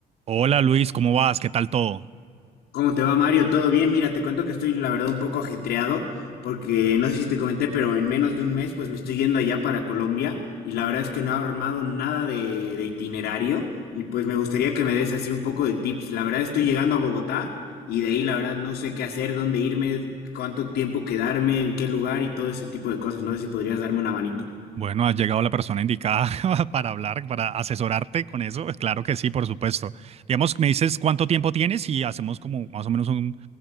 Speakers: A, on the right (about 40°); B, on the left (about 75°).
A: Hola Luis, ¿cómo vas? ¿Qué tal todo?
B: ¿Cómo te va, Mario? ¿Todo bien? Mira, te cuento que estoy, la verdad, un poco ajetreado porque no sé si te comenté, pero en menos de un mes pues me estoy yendo allá para Colombia y la verdad es que no he armado nada de, de itinerario y pues me gustaría que me des así un poco de tips. La verdad estoy llegando a Bogotá y de ahí la verdad no sé qué hacer, dónde irme, cuánto tiempo quedarme, en qué lugar y todo ese tipo de cosas. No sé si podrías darme una manito.
A: Bueno, has llegado la persona indicada <laughs> para hablar, para asesorarte con eso. Pues Claro que sí, por supuesto. Digamos, me dices cuánto tiempo tienes y hacemos como más o menos un,